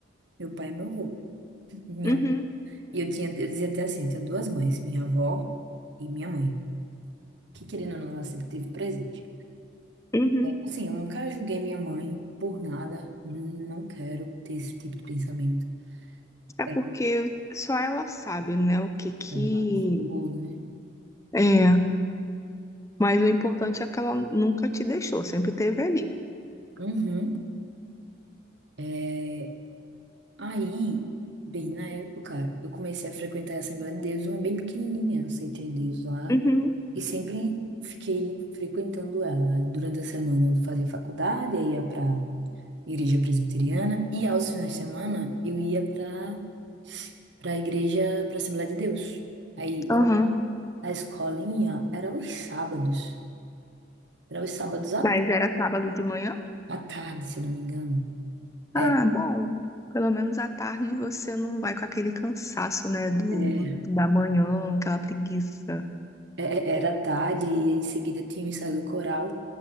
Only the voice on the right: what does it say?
Meu pai é meu avô. <laughs> Minha...
E eu tinha, eu dizia até assim, eu tenho duas mães, minha avó e minha mãe, que querendo ou não, ela sempre teve presente.
Assim, eu nunca julguei minha mãe por nada, não quero ter esse tipo de pensamento.
É,
Ela passou, né?
Uhum. É, Aí, bem na época, eu comecei a frequentar a Assembleia de Deus, uma bem pequenininha, eu aceitei Deus lá
e sempre fiquei frequentando ela. Durante a semana eu fazia faculdade, aí ia para igreja presbiteriana e aos finais de semana eu ia para para a igreja, para a Assembleia de Deus. Aí lá,
a escolinha era os sábados, era os sábados à,
à tarde, se eu não me engano.
É,
é,
é, é, era à tarde e em seguida tinha o ensaio do coral.